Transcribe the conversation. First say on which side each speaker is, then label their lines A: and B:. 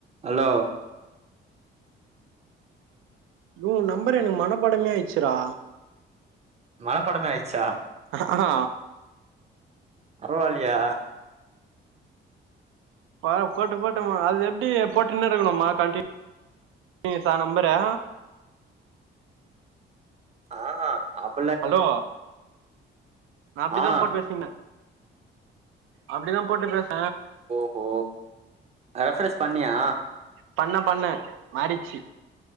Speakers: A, on the right; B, on the right.
A: ஹலோ
B: ஓ நம்பர் எனக்கு மனப்பாடமே ஆய்ருச்சுடா
A: மனப்பாடமே ஆய்ருச்சா
B: அ ஆ
A: பரவால்லியே
B: வா போட்டு போட்டுமா அது எப்டி போட்டுன்னே இருக்கணுமா கண்டின் னியூசா நம்பரே
A: ஆஹா அப்
B: ஹலோ நா அப்டிதா
A: ஆ
B: போட்டு பேசீக்ன அப்டிதா போட்டு பேஸ்
A: ஓ அத ரெஃப்ரஸ் பண்ணியா
B: பண்ணெ பண்ணெ மாறிட்ச்சு